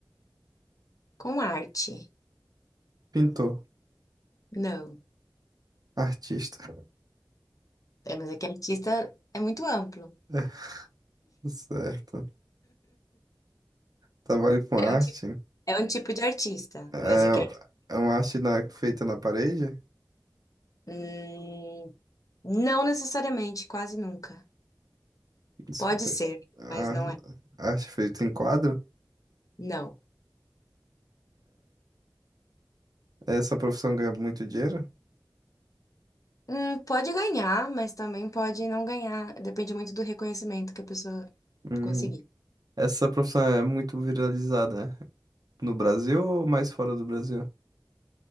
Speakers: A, on the left; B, on the right.
A: com arte.
B: Pintor.
A: Não.
B: Artista.
A: É, mas é que artista é muito amplo.
B: <laughs> Certo. Trabalho com arte.
A: É um, ti- é um tipo de artista,
B: É,
A: mas é que. ar-
B: é uma arte na- feita na parede?
A: Hum, não necessariamente, quase nunca.
B: Isso
A: Pode
B: fe-
A: ser,
B: a-
A: mas não é.
B: Arte feita em quadro?
A: Não.
B: Essa profissão ganha muito dinheiro?
A: Hum, pode ganhar, mas também pode não ganhar. Depende muito do reconhecimento que a pessoa
B: Uhum.
A: conseguir.
B: Essa profissão é muito viralizada né? no Brasil ou mais fora do Brasil?